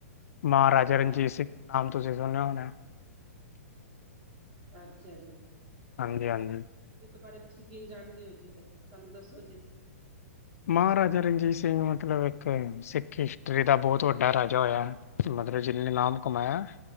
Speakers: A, on the left; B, on the right.
A: ਮਹਾਰਾਜਾ
B: ਅ
A: ਰਣਜੀਤ ਸਿੰਘ ਨਾਮ, ਤੁਸੀਂ ਸੁਣਿਆ ਹੋਣੇ?
B: ਅੱਛਾ ਜੀ,
A: ਹਾਂਜੀ- ਹਾਂਜੀ।
B: ਇਸ ਬਾਰੇ ਤੁਸੀਂ ਕੀ ਜਾਣਦੇ ਹੋ ਜੀ? ਫੇਰ ਸਾਨੂੰ ਦੱਸੋ ਜੀ।
A: ਮਹਾਰਾਜਾ ਰਣਜੀਤ ਸਿੰਘ ਮਤਲਬ, ਇੱਕ ਸਿੱਖ ਹਿਸਟਰੀ ਦਾ ਬਹੁਤ ਵੱਡਾ ਰਾਜਾ ਹੋਇਆ। ਮਤਲਬ, ਜਿੰਨੇ ਨਾਮ ਕਮਾਇਆ।